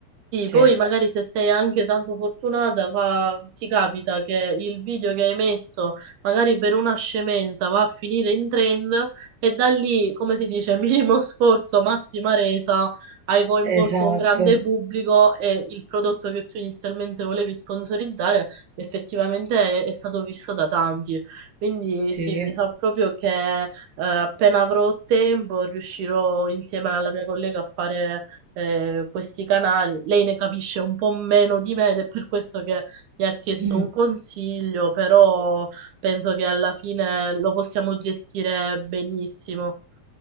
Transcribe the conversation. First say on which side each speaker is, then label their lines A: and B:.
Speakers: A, on the right; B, on the right.
A: Sì,
B: Sì.
A: poi magari se sei anche tanto fortunata, va- ti capita che il video che hai messo, magari per una scemenza, va a finire in trend e da lì, come si dice, <laughs> minimo sforzo, massima resa, hai coinvolto
B: Esatto,
A: un grande pubblico e il prodotto che tu inizialmente volevi sponsorizzare effettivamente è, è stato visto da tanti. Quindi
B: sì.
A: sì, mi sa proprio che eh, appena avrò tempo riuscirò insieme alla mia collega a fare eh, questi canali. Lei ne capisce un po' meno di me ed è per questo che mi ha
B: <clears throat>
A: chiesto
B: Mm.
A: un consiglio, però penso che alla fine lo possiamo gestire benissimo.